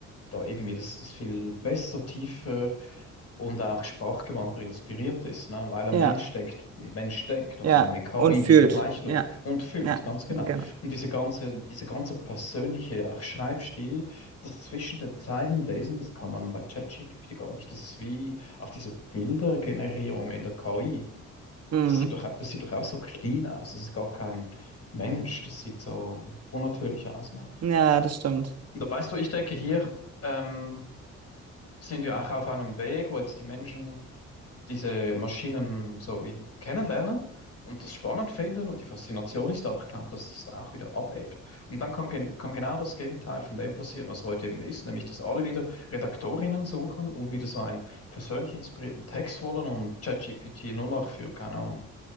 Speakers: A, on the left (about 55°); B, on the right (about 55°).
A: da irgendwie das, das viel besser, tiefer und auch sprachgewandter inspiriert ist, ne? Weil ein
B: ja,
A: Mensch denkt, ein Mensch denkt und
B: ja.
A: eine KI,
B: Und fühlt.
A: die vergleicht nur
B: Ja,
A: und füllt,
B: ja,
A: ganz genau.
B: genau.
A: Und diese ganze, diese ganze persönliche auch Schreibstil, das zwischen den Zeilen lesen, das kann man bei ChatGPT gar nicht. Das ist wie auch diese Bildergenerierung in der KI.
B: Mhm.
A: Das sieht doch, das sieht doch auch so clean aus. Das ist gar kein Mensch. Das sieht so unnatürlich aus, ne?
B: Ja, das stimmt.
A: Und da weißt du, ich denke, hier ähm, sind wir auch auf einem Weg, wo jetzt die Menschen diese Maschinen so wie kennenlernen und das spannend finden und die Faszination ist da, aber ich glaube, dass das da auch wieder abebbt. Und dann kann, gen kann genau das Gegenteil von dem passieren, was heute eben ist, nämlich dass alle wieder Redaktorinnen suchen und wieder so einen persönlich inspirierten Text wollen und ChatGPT nur noch für, keine Ahnung,